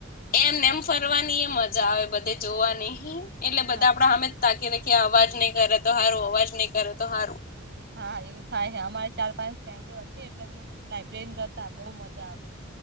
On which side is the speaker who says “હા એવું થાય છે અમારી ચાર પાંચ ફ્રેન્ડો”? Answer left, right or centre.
Right